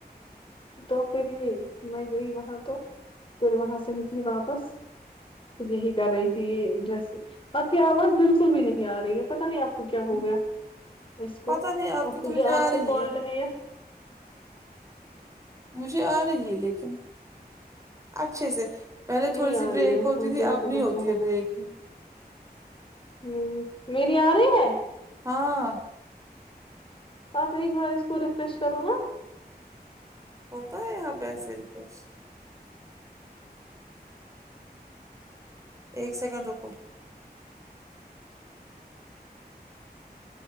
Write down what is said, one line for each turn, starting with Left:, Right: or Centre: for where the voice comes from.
Left: تو پھر ہی میں گئی وہاں تو پھر وہاں سے نکلی واپس اب یہی کر رہی ڈریس آپ کی آواز بالکل بھی نہیں آ رہی ہے پتہ نہیں آپ کو کیا ہو گیا اس کو
Right: پتہ نہیں آپ کی تو مجھے
Left: یے آپ
Right: آ
Left: کو
Right: رہی
Left: کال
Right: ہے
Left: رہے
Right: مجھے آ رہی ہے لیکن اچھے سے پہلے
Left: نہیں
Right: تھوڑی
Left: آ
Right: سی
Left: رہی
Right: بریک
Left: ہے
Right: ہوتی
Left: مجھے
Right: تھی اب
Left: پتا
Right: نہیں ہوتی
Left: کیا
Right: ہے بریک
Left: ہمم میری آ رہی ہے
Right: ہاں
Left: آپ ایک بار اس کو ریفریش کرو نا
Right: ہو تو یہاں پے ایسے ریفریش ایک سیکنڈ رکو